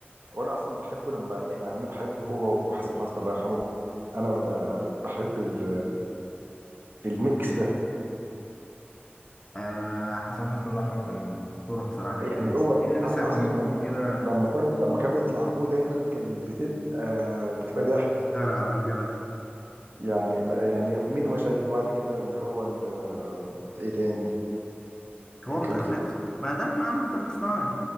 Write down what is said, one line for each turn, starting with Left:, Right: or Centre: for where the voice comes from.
Right: وانا اصلا بحبه لما يعني انا بحبه هو وحسن حسني الله يرحمه انا ببقى بحب ال... الميكس ده
Left: آه حسن حسن الله يرحمه كان أسطورة بصراحة
Right: يعني
Left: كان
Right: هو
Left: في لمسة
Right: حسن
Left: كوميدية
Right: حسني لما
Left: كده
Right: لما كان لما كان بيطلع ابوه دايما كان بتبقى بتبقى ضحك
Left: خيرة كده
Right: يعني يعني ميدو مشاكل وبعد كده اللي هو ال... آه، ايه تاني
Left: هو مت...
Right: كان في
Left: بعدها كان عامل مطب صناعي